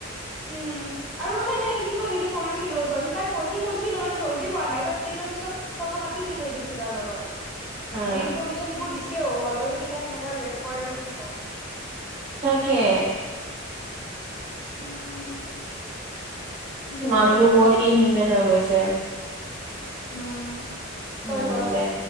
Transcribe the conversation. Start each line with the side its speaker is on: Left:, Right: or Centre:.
Centre: উম আৰু মানে হেৰি কি কয় হেৰি কৰিছিলো সি তাই সি কৈছিলো মানে জল্দি কোৱা নাই বাট মান পিছত কথা পাতিছিলো দীপসিতাৰ লগত।
Right: উম
Centre: মানে ইনফৰমেশ্যন সেইবোৰ দিছেও হ'লেও যদি তাই সেনেকা ৰিয়েক্ট কৰে আৰু কি ক'ম।
Right: তাকে
Centre: উম। দে
Right: মানুহবোৰ
Centre: তই
Right: বহুত
Centre: কৰ
Right: ইনহিউমেন হৈ গৈছে?
Centre: উম
Right: উম
Centre: তই কৰ।
Right: দে